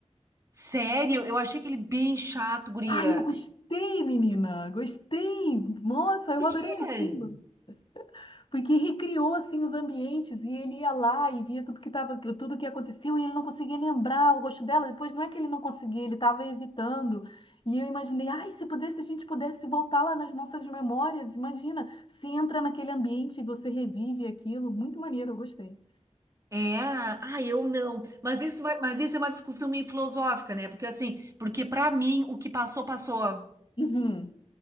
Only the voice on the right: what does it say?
Sério, eu achei aquele bem chato, guria.
Por
quê?
É, ah, eu não. Mas isso vai, mas isso é uma discussão meio filosófica, né? Porque assim, porque pra mim o que passou, passou.